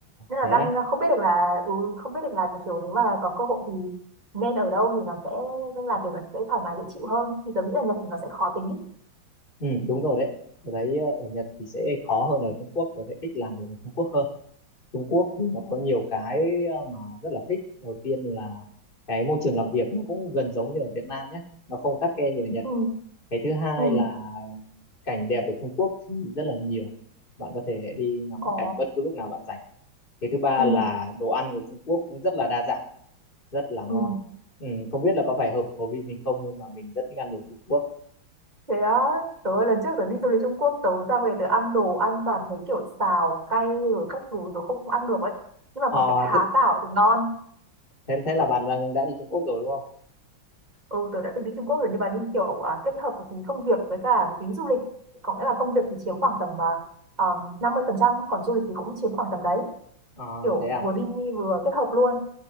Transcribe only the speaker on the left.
thế
á
ừ, đúng rồi đấy ở đấy ờ, ở Nhật thì sẽ khó hơn ở Trung Quốc tớ sẽ thích làm việc ở Trung Quốc hơn Trung Quốc thì nó có nhiều cái ờ, mà rất là thích đầu tiên là cái môi trường làm việc nó cũng gần giống như ở Việt Nam nhé nó không khắt khe như ở Nhật
cái thứ hai
là cảnh đẹp ở Trung Quốc thì rất là nhiều bạn có thể đi ngắm
cảnh bất cứ lúc nào bạn rảnh cái thứ ba
là đồ ăn của Trung Quốc cũng rất là đa dạng rất là ngon
ừ, không biết là có phải hợp khẩu vị mình không nhưng mà mình rất thích ăn đồ Trung Quốc
Ờ,
thế,
thế thế là bạn đang đã đi Trung Quốc rồi đúng không
Ờ,
thế à